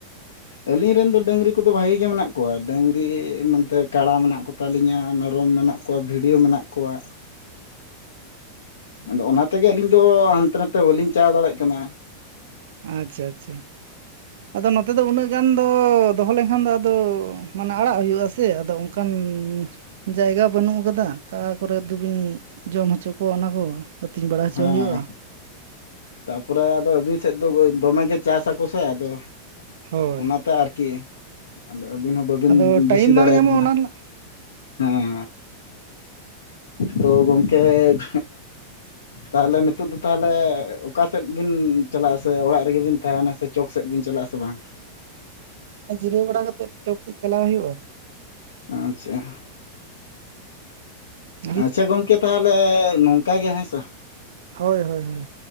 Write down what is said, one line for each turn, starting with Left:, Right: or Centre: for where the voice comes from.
Left: ᱟᱹᱞᱤᱧ ᱨᱮᱱ ᱫᱚ ᱰᱟᱹᱝᱨᱤ ᱠᱚᱫᱚ ᱵᱷᱟᱜᱤ ᱜᱮ ᱢᱮᱱᱟᱜ ᱠᱚᱣᱟ ᱰᱟᱹᱝᱨᱤ ᱱᱚᱛᱮ ᱠᱟᱲᱟ ᱢᱮᱱᱟᱜ ᱠᱚ ᱛᱟᱞᱤᱧᱟ ᱢᱮᱨᱚᱢ ᱢᱮᱱᱟᱜ ᱠᱚᱣᱟ ᱵᱷᱤᱰᱤ ᱦᱚᱸ ᱢᱮᱱᱟᱜ ᱠᱚᱣᱟ ᱟᱫᱚ ᱚᱱᱟ ᱛᱮᱜᱮ ᱟᱹᱞᱤᱧ ᱫᱚ ᱦᱟᱱᱛᱮ ᱱᱟᱛᱮ ᱵᱟᱹᱞᱤᱧ ᱪᱟᱞᱟᱣ ᱫᱟᱲᱮᱭᱟᱜ ᱠᱟᱱᱟ
Right: ᱟᱪᱪᱷᱟ ᱟᱪᱪᱷᱟ ᱟᱫᱚ ᱱᱚᱛᱮ ᱫᱚ ᱩᱱᱟᱹᱜ ᱜᱟᱱ ᱫᱚ ᱫᱚᱦᱚ ᱞᱮᱱᱠᱷᱟᱱ ᱫᱚ ᱟᱫᱚ ᱢᱟᱱᱮ ᱟᱲᱟᱜ ᱦᱩᱭᱩᱜᱼᱟ ᱥᱮ ᱟᱫᱚ ᱠᱟᱱ ᱡᱟᱭᱜᱟ ᱵᱟᱹᱱᱩᱜ ᱟᱠᱟᱫᱟ ᱚᱠᱟ ᱠᱚᱨᱮ ᱫᱚᱵᱤᱱ ᱡᱚᱢ ᱦᱚᱪᱚ ᱠᱚᱣᱟ ᱚᱱᱟ ᱠᱚ ᱟᱹᱛᱤᱧ ᱵᱟᱲᱟ ᱦᱚᱪᱚ
Left: ᱦᱮᱸ
Right: ᱦᱩᱭᱩᱜᱼᱟ
Left: ᱛᱟᱯᱚᱨᱮ ᱟᱫᱚ ᱟᱹᱵᱤᱱ ᱥᱮᱫ ᱫᱚ ᱫᱚᱢᱮᱜᱮ ᱪᱟᱥᱟᱠᱚ ᱥᱮ ᱟᱫᱚ
Right: ᱦᱳᱭ
Left: ᱚᱱᱟᱛᱮ ᱟᱨᱠᱤ ᱟᱫᱚ ᱟᱹᱵᱤᱱ ᱦᱚᱸ ᱵᱟᱹᱵᱤᱱ
Right: ᱟᱫᱚ ᱴᱟᱭᱤᱢ
Left: ᱵᱤᱥᱤ ᱫᱟᱲᱮᱭᱟᱠᱚ
Right: ᱵᱟᱝ ᱧᱟᱢᱚᱜᱼᱟ
Left: ᱠᱟᱱᱟ
Right: ᱚᱱᱟ ᱨᱮᱱᱟᱜ
Left: ᱦᱮᱸ ᱛᱚ ᱜᱚᱝᱠᱮ ᱮᱸᱻ ᱛᱟᱦᱞᱮ ᱱᱤᱛᱚᱜ ᱫᱚ ᱛᱟᱦᱞᱮ ᱚᱠᱟ ᱥᱮᱫ ᱵᱤᱱ ᱪᱟᱞᱟᱜ-ᱟ ᱥᱮ ᱚᱲᱟᱜ ᱨᱮᱜᱮ ᱵᱤᱱ ᱛᱟᱦᱮᱱᱟ ᱥᱮ ᱪᱚᱠ ᱥᱮᱫ ᱵᱤᱱ ᱪᱟᱞᱟᱜ-ᱟ ᱥᱮ ᱵᱟᱝ
Right: ᱡᱤᱨᱟᱹᱣ ᱵᱟᱲᱟ ᱠᱟᱛᱮᱫ ᱪᱚᱠ ᱥᱮᱫ ᱪᱟᱞᱟᱣ ᱦᱩᱭᱩᱜᱼᱟ
Left: ᱟᱪᱪᱷᱟ,
Right: ᱦᱳᱭ
Left: ᱟᱪᱪᱷᱟ ᱜᱚᱝᱠᱮ ᱛᱟᱦᱞᱮ ᱚᱱᱠᱟ ᱜᱮ ᱦᱮᱸ ᱥᱮ
Right: ᱦᱳᱭ ᱦᱳᱭ ᱦᱳᱭ